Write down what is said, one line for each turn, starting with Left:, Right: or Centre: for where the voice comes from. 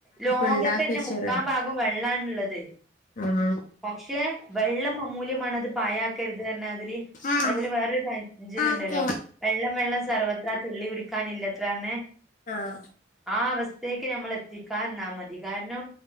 Centre: ലോകത്ത്
Left: ഉണ്ടാക്കി
Centre: തന്നെ
Left: വെച്ച്
Centre: മുക്കാ
Left: റെഡി
Centre: ഭാഗവും വെള്ളാണുള്ളത്
Left: ആഹ്
Centre: പക്ഷെ വെള്ളം അമൂല്യമാണ് അത് പായക്കരുത് എന്നാതിരി
Left: ആഹ്
Centre: അതേപോലെ വേറൊരു പഴഞ്ചല്ലുണ്ടല്ലോ
Left: ഓക്കെ
Centre: വെള്ളം വെള്ളം സർവ്വത്ര തുള്ളി കുടിക്കാനില്ലത്രന്നേ
Left: ആഹ്
Centre: ആ അവസ്ഥേക്ക് നമ്മള് എത്തിക്കാൻനിന്നാൽ മതി കാരണം